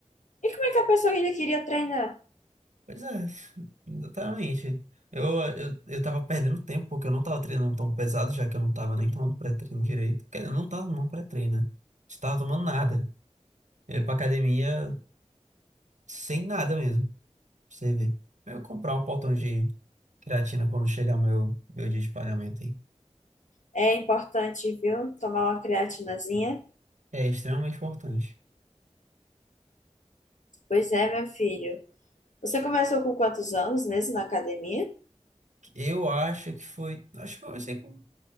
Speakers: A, on the left; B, on the right.
A: E como é que a pessoa ainda queria treinar?
B: Pois é, exatamente. Eu, eu, eu tava perdendo tempo porque eu não tava treinando tão pesado, já que eu não tava nem tomando pré-treino direito. Quer dizer, eu não tava tomando pré-treino, né? Não tava tomando nada. Eu ia pra academia sem nada mesmo, pra você ver. Eu ia comprar um potão de creatina quando chegar meu, meu dia de pagamento aí.
A: É importante, viu? Tomar uma creatinazinha.
B: É extremamente importante.
A: Pois é, meu filho. Você começou com quantos anos mesmo na academia?
B: Eu acho que foi. Acho que eu comecei com.